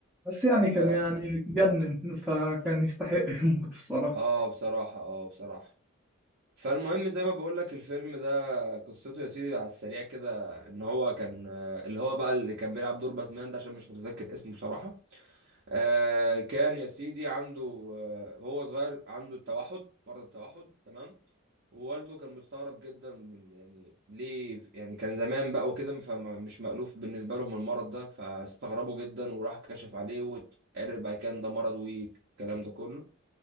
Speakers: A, in the centre; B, on the right.
A: بس يعني
B: ف
A: كان يعني جنن فكان يستحق الموت الصراحة
B: اه بصراحة اه بصراحة فالمهم زي ما بقول لك الفيلم ده قصته يا سيدي على السريع كده ان هو كان آه، اللي هو بقى اللي كان بيلعب دور باتمان ده عشان مش متذكر اسمه بصراحة آه كان يا سيدي عنده آه هو صغير عنده التوحد مرض التوحد تمام ووالده كان مستغرب جدا من يعني ليه يعني كان زمان بقى وكده فمش مألوف بالنسبة لهم المرض ده فاستغربوا جدا وراح كشف عليه واتعرف بقى كان ده مرض والكلام ده كله